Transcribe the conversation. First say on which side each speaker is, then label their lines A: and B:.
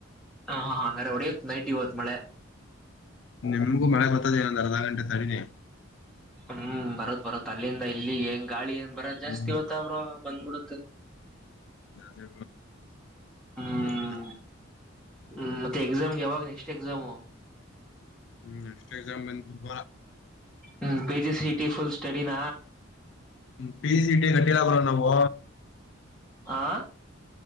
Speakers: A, in the centre; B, on the left.
A: ಹಾ ಹಂಗ್ರೆ ಹೊಡೆಯತ ನೈಟ್ ಇವತ್ತು ಮಳೆ
B: ನಿಮ್ಗು ಮಳೆ ಬತ್ತತದ ಏನಂದ ಅರ್ಧ ಗಂಟೆ ತಡೆರಿ
A: ಹ್ಮ್ ಬರತ್ ಬರತ್ತತ್ ಅಲ್ಲಿಂದ ಇಲ್ಲಿಗೆ ಹೆಂಗ ಗಾಳಿಏನ್ ಬರ ಜಾಸ್ತಿ
B: ಹ್ಮ್
A: ಓ್ತ ಅವ ಬಂದ್ಬಿಡುತ್ತ
B: ಅದೇ
A: ಹ್ಮ್
B: ಮದತ್ತೆ
A: ಹ್ಮ್ ಮತ್ತೆ ಎಕ್ಸಾಮ್ಗೆ ಯಾವಾಗ ನೆಕ್ಸ್ಟ್ ಎಕ್ಸಾಮ
B: ಹ್ಮ್ ಅಷ್ಟೇ ಎಕ್ಸಾಮ್ ಬಂದ <inaudible>
A: ಹ್ಮ್ ಪಿಜಿ ಸಿಟಿ ಫುಲ್ ಸ್ಟಡಿನ
B: ಪಿ ಸಿ ಟಿ ಕಟ್ಟಿಲ ಬ್ರೋ ನಾವು
A: ಆ